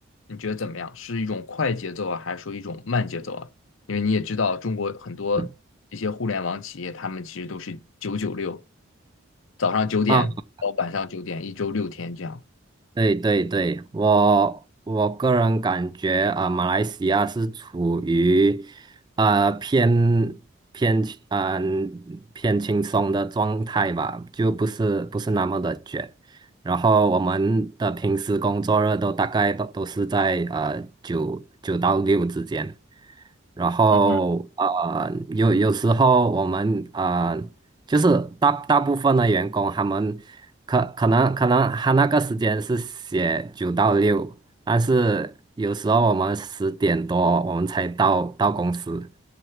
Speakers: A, on the left; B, on the right.
A: 你觉得怎么样？是一种快节奏啊，还是说一种慢节奏啊？因为你也知道，中国很多这些互联网企业，
B: 嗯
A: 他们其实都是九九六，早上九点到晚上九点，
B: 啊。
A: 一周六天这样。
B: 对对对，我我个人感觉啊、马来西亚是处于啊、偏偏嗯、偏轻松的状态吧，就不是不是那么的卷。然后我们的平时工作日都大概都都是在呃九九到六之间。然后呃，
A: 嗯
B: 有有时候我们呃，就是大大部分的员工，他们可可能可能他那个时间是写九到六，但是有时候我们十点多我们才到到公司，